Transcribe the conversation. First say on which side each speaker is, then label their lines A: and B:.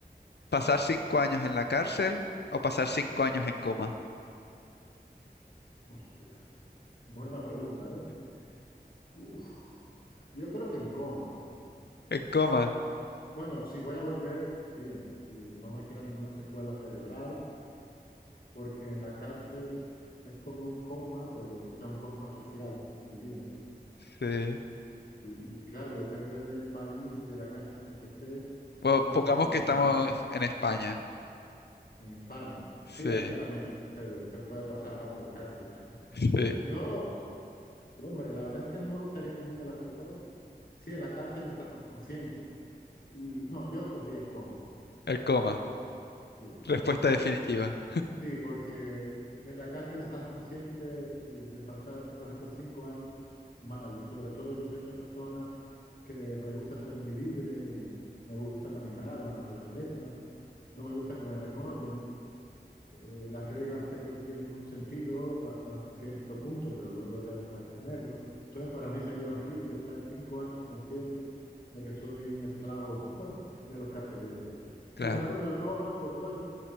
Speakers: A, on the left (about 85°); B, on the left (about 60°).
A: ¿Pasar cinco años en la cárcel o pasar cinco años en coma?
B: Hostia, buena pregunta, ¿eh? Uf. Yo creo que en coma.
A: En coma,
B: Bueno, si voy a volver, bien, si no me queda ninguna secuela cerebral, porque en la cárcel es como un coma, pero, o sea, un coma social, diríamos.
A: sí.
B: Y, y- claro, y depende del país y de la cárcel en que estés,
A: Bueno,
B: puedes
A: pongamos
B: pasarlo
A: que estamos
B: muy mal
A: en España.
B: en España.
A: Sí,
B: Sí, aquí también se, se puede pasar mal en la cárcel. <laughs>
A: sí.
B: Yo, hombre, la verdad es que no me gustaría ninguna de las dos. Sí, en la cárcel estás consciente y no, yo cogería el coma,
A: El coma.
B: sí.
A: Respuesta definitiva.
B: Sí, porque en la cárcel estás consciente eh, de pasar, por ejemplo, cinco años mal. Y sobre todo yo soy una persona que me gusta ser muy libre y me gusta caminar, la naturaleza, no me gusta que me den órdenes eh, las reglas creo que tienen un sentido hasta un cierto punto, pero luego ya deja de tenerlo. Entonces, para mí sería horrible estar cinco años consciente de que soy un esclavo <laughs> de los carceleros.
A: Claro,
B: Sin embargo, en el coma, pues bueno,